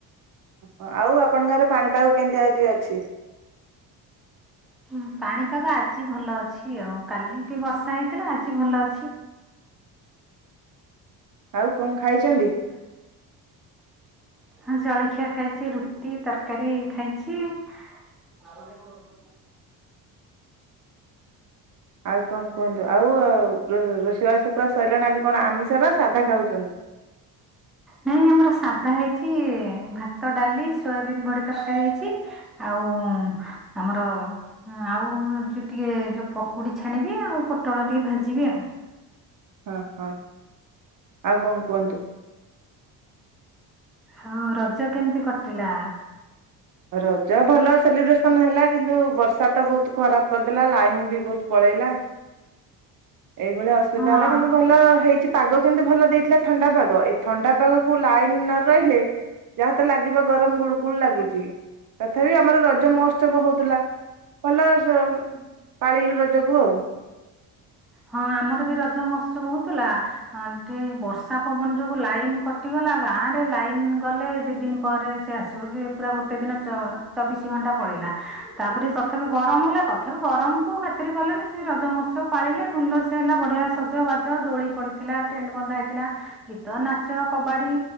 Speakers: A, on the right; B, in the centre.
A: ଓହୋ ଆଉ ଆପଣଙ୍କର ପାଣିପାଗ କେମିତି ଆଜି ଅଛି?
B: ହଁ ପାଣିପାଗ ଆଜି ଭଲ ଅଛି ଆଉ। କାଲି ଟିକେ ବର୍ଷା ହେଇଥିଲା ଆଜି ଭଲ ଅଛି।
A: ଆଉ କଣ
B: ହଁ
A: ଖାଇଛନ୍ତି?
B: ହଁ ଜଳଖିଆ ଖାଇଛି ରୁଟି ତରକାରୀ ଖାଇଚି। <unintelligible>
A: ଆଉ କଂ କୁହନ୍ତୁ? ଆଉ ରୋ ରୋଷେଇବାସ ପୁରା ସଇଲାଣି ଆଜି କଣ ଆମିଷ ର ସାଧା ଖାଉଚନ୍ତି।
B: ନାଇଁ ଆମର ସାଧା ହେଇଛି ଭାତ, ଡାଲି, ସୋୟାବିନ୍ ବଡି ତରକାରୀ ହେଇଚି। ଆଉ ଆମର ହଁ ଆଉ ଯୋଉ ଟିକେ ଯୋଉ ପକୁଡି ଛାଣିବି। ଆଉ ପୋଟଳ ଟିକେ ଭାଜିବି ଆଉ।
A: ହଁ ହଁ ଆଉ କଁ କୁହନ୍ତୁ।
B: ହଁ ରଜ କେମିତି କଟିଲା?
A: ରଜ ଭଲ ସେଲିବ୍ରେସନ ହେଲା କିନ୍ତୁ ବର୍ଷା ତ ବହୁତ ଖରାପ କରିଦେଲା ଲାଇନ ବି ବହୁତ ପଳେଇଲା। ଏଇଭଳିଆ ଅସୁବିଧା
B: ହଁ
A: ହେଲା କିନ୍ତୁ ଭଲ ହେଇଚି। ପାଗ କିନ୍ତୁ ଭଲ ଦେଇଥିଲା ଥଣ୍ଡା ପାଗ ଏଇ ଥଣ୍ଡା ପାଗକୁୁ ଲାଇନ ନ ରହିଲେ- - ଯାହା ତ ଲାଗିବ ଗରମ ଗୁଳ ଗୁଳ ଲାଗୁଚି। ତଥାପି ଆମର ରଜ ମହୋତ୍ସବ ହଉଥିଲା ଭଲ ରଜ ପାଳିଲୁ ରଜକୁ ଆଉ।
B: ହଁ ଆମର ବି ରଜ ମହୋତ୍ସବ ହଉଥିଲା ହଁ ଟିକେ ବ- - ର୍ଷା ପବନ ଯୋଗୁଁ ଲାଇନ୍ କଟିଗଲା ଗାଁରେ ଲାଇନ୍ ଗଲେ ଦିଇ ଦିନ ପରେ ସେ ଆସିବ। ସେ ପୁରା- - ଗୋଟେ ଦିନ ଚ ଚବିଶି ଘଣ୍ଟା ପଳେଇଲା ତାପରେ ତଥାପି ଗରମ ହେଲା ତଥାପି ଗରମ କୁ ଖାତିର କଲେନି। ସେ ରଜ ମୋତ୍ସବ ପାଳିଲେ ଭଲ ସେ ହେଲା ବଢିଆ ସଜବାଜ ଦୋଳି ପଡିଥିଲା ଟ୍ରେଣ୍ଟ ବନ୍ଧା ହେଇଥିଲା। ଗୀତ ନାଚ କବାଡି।